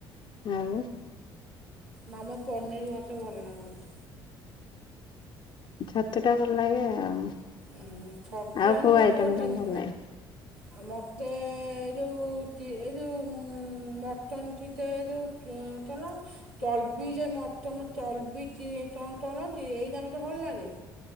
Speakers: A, on the left (about 40°); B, on the right (about 85°).
A: ଆଉ!
B: ନା ମ ପନିର୍ ମତେ ଭଲ ଲାଗେନି।
A: ଛତୁ ଟା ଭଲ ଲାଗେ ଆଉ
B: ଉଁ ଛତୁ
A: ଆଉ
B: ହେନେ
A: କୋଉ
B: ମୋ
A: ଆଇଟମ
B: ପୁଅ ତିନି
A: ତମ କୁ ଭଲ ଲାଗେ!
B: ଆଉ ମୋତେ ଏ ଯେଉଁ ଏ ଯେଉଁ ମଟନ୍ କିଟ ଏ ଯେଉଁ- କି ଚଲ- ତର୍ବିିଲେ ମଟନ ତର୍ବି ତି ଟ ତଳକରନ୍ତି ଏଇ ଦା ମତେ ଭଲ ଲାଗେ।